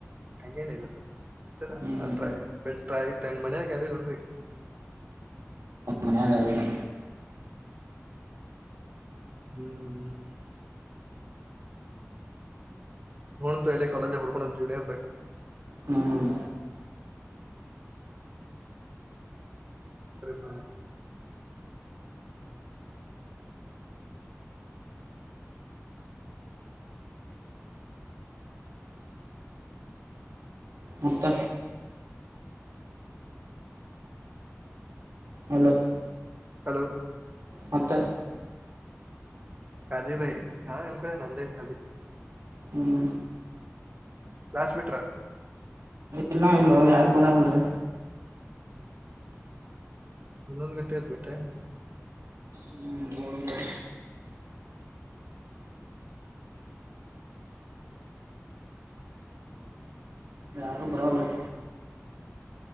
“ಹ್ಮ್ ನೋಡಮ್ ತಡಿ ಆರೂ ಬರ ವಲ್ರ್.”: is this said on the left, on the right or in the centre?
Right